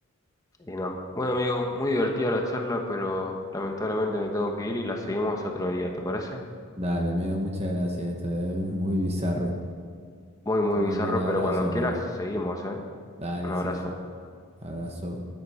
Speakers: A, on the left; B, on the right.
A: y no. Bueno, amigo, muy divertida la charla, pero lamentablemente me tengo que ir y la seguimos otro día, ¿te parece?
B: Dale, me dio muchas gracias, esto es muy bizarro.
A: Muy, muy
B: Te mando
A: bizarro,
B: un abrazo,
A: pero cuando
B: amigo.
A: quieras, seguimos, ¿eh?
B: Dale,
A: Un abrazo.
B: sí, sí. Abrazo.